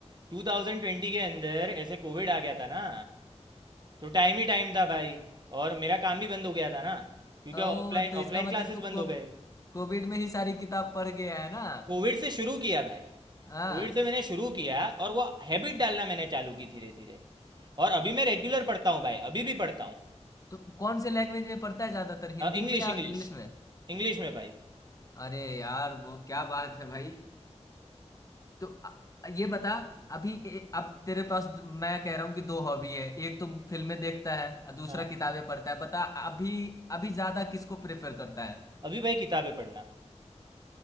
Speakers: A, on the right; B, on the left.
A: टू थाउजेंड ट्वेंटी के अंदर ऐसे कोविड आ गया था ना तो टाइम ही टाइम था भाई और मेरा काम भी बंद हो गया था ना क्योंकि
B: ओ
A: ऑफलाइन
B: तो इसका
A: ऑफलाइन
B: मतलब
A: क्लासेस
B: तू को,
A: बंद हो गए
B: कोविड में ही सारी किताब पढ़ गया है ना
A: कोविड से शुरू किया भाई
B: हाँ
A: कोविड से मैंने शुरू किया और वो हैबिट डालना मैंने चालू की धीरे धीरे और अभी मैं रेगुलर पढ़ता हूँ भाई अभी भी पढ़ता हूँ
B: तो कौन से लैंग्वेज में पढ़ता है ज्यादातर हिंदी
A: इंग्लिश
B: में या
A: इंग्लिश
B: इंग्लिश में
A: इंग्लिश में भाई
B: अरे यार वो क्या बात है भाई तो अ- ये बता अभी ए- अब तेरे पास मैं कह रहा हूँ कि दो हॉबी है एक तो फिल्में देखता है और दूसरा
A: हाँ
B: किताबें पढ़ता है बता अभी अभी ज्यादा किसको प्रेफर करता है
A: अभी भाई किताबें पढ़ना